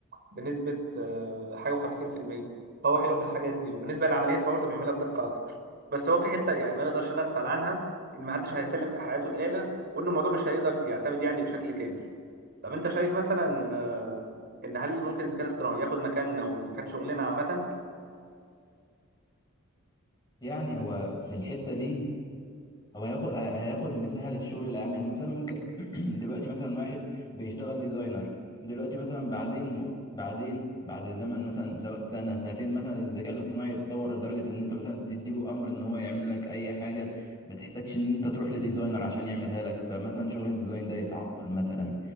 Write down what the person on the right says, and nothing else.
بنسبه آه، حاجه و50% فهو حلو في الحاجات دي وبالنسبه للعمليات فهو برضه بيعملها بدقه اكتر بس هو في حته يعني ما نقدرش نغفل عنها ان محدش هيسلم حياته الاله وان الموضوع مش هيقدر يعتمد يعني بشكل كامل طب انت شايف مثلا آه، ان هل ممكن الذكاء الاصطناعي ياخد مكاننا ومكان شغلنا عامه